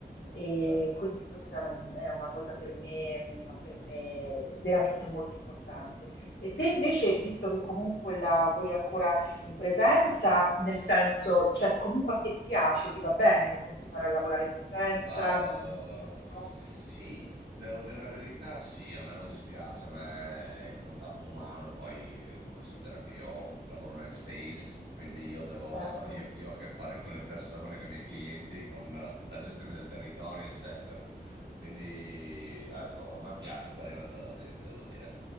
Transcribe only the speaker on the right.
Cioè,
Ah,
sì, devo dire la verità, sì, a me non dispiace, a me il contatto umano, poi eh, considera che io lavoro nel sales, quindi io, devo,
<laughs> io, io ho a che fare con le persone, con i miei clienti, con eh, la gestione del territorio, eccetera. Quindi, ecco, a me piace stare in mezzo alla gente, devo dire